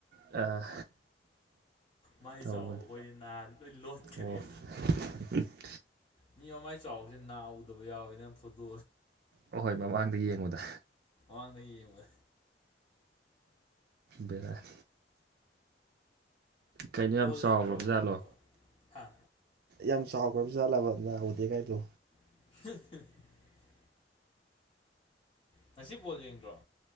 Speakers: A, on the right; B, on the left.
A: ꯑ
B: ꯃꯥꯏ
A: ꯇꯧꯕꯅꯦ
B: ꯆꯥꯎꯕ ꯑꯩꯈꯣꯏꯗꯤ ꯅꯥꯗꯤ ꯂꯣꯏ ꯂꯣꯠꯈ꯭ꯔꯦ
A: <inaudible>
B: ꯃꯤ ꯑꯃꯃꯥꯏ ꯆꯥꯎꯕꯁꯤ ꯅꯥ ꯎꯗꯕ ꯌꯥꯎꯋꯅꯤꯅ ꯐꯣꯇꯣ
A: ꯑꯍꯣꯏ ꯃꯃꯥꯡꯗ ꯌꯦꯡꯉꯨꯗ
B: ꯃꯃꯥꯡꯗ ꯌꯦꯡꯕ
A: ꯕꯦꯔꯥꯅꯤ ꯀꯩꯅꯣ
B: ꯕꯣꯜ
A: ꯌꯥꯝ
B: ꯌꯦꯡꯗ꯭ꯔꯣ
A: ꯆꯥꯎꯕ꯭ꯔ ꯕꯖꯥꯠꯂꯣ
B: ꯋꯥꯔꯜ ꯀꯞ ꯍꯥ
A: ꯌꯥꯝ ꯆꯥꯎꯈ꯭ꯔꯕꯁꯨꯖꯥꯠꯂꯕ ꯅꯅꯥꯎꯗꯦ ꯀꯥꯏꯗꯣ
B: <unintelligible> ꯉꯁꯤꯕꯣꯜ ꯌꯦꯡꯗ꯭ꯔꯣ